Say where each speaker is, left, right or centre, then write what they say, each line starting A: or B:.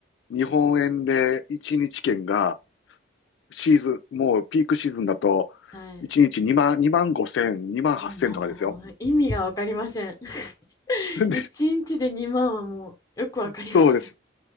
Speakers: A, on the left; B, on the left.
A: 日本円で1日券が、シーズン、もうピークシーズンだと、
B: はい。
A: 1日2万、2万5千、2万8千とかですよ。
B: もう、意味がわかりません。<laughs>
A: <laughs> で、
B: 1日で2万はもう、よくわかりません。
A: そうです。